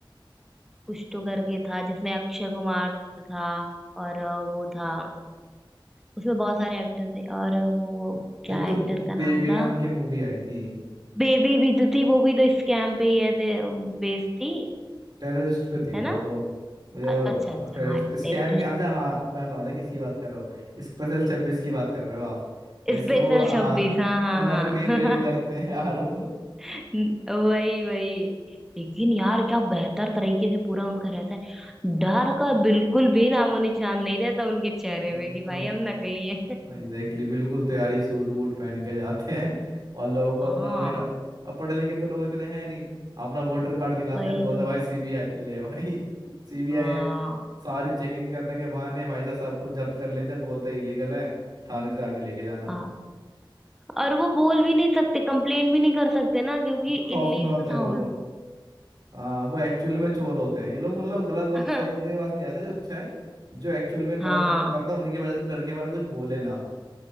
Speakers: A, in the centre; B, on the right.
A: कुछ तो करके था जिसमें अक्षय कुमार था और अ, वो था उसमें बहुत सारे एक्टर थे और वो वो क्या
B: एक तो
A: एक्टर का
B: बेबी
A: नाम था
B: नाम की मूवी आई थी
A: बेबी भी तो थी वो भी तो स्कैम पे ही ऐसे बेस्ड थी
B: टेररिस्ट पे थी
A: है
B: वो
A: ना
B: तो टेररिस्ट
A: अ- अच्छा अच्छा हाँ टेररिस्ट
B: स्कैम अच्छा हाँ मैं समझा किसकी बात कर रहे हो स्पेशल छब्बीस की बात कर रहे हो आप ऐसे
A: स्पेशल
B: वो आ,
A: 26 हाँ हाँ
B: नकली रेड
A: हाँ
B: करते हैं यार वो
A: <laughs> वही वही लेकिन यार क्या बेहतर तरीके से पूरा उनका रहता है डर का बिल्कुल भी नामो निशान नहीं रहता उनके चेहरे
B: अरे
A: पे कि
B: तो
A: भाई हम नकली हैं
B: एग्जैक्टली बिल्कुल तैयारी सूट वूट पहन के जाते हैं और लोगों
A: <laughs>
B: को
A: हाँ
B: अपना वही रहा अब पढ़े लिखे तो लोग इतने हैं नहीं अपना वोटर कार्ड दिखाते
A: वही
B: हैं बोलते
A: तो
B: हैं, भाई सीबीआई ले भाई <laughs> सीबीआई
A: हाँ
B: सारी चेकिंग करने के बहाने भाई साहब सब कुछ जब्त कर लेते हैं बोलते इलीगल है थाने से आके लेके जाना
A: हाँ और वो बोल भी नहीं सकते कंप्लेन भी नहीं कर सकते ना क्योंकि इलीगल
B: खौफ में होते हैं
A: था
B: वो
A: उन लोग
B: हाँ वो एक्चुअल में चोर होते हैं ये लोग मतलब गलत बन,
A: का।
B: सही
A: <laughs>
B: बंदे के पास नहीं जाते जो अच्छा है जो एक्चुअल में
A: हाँ
B: गलत काम करता है उन्हीं के बजाय तो डर के मारे कुछ बोले ना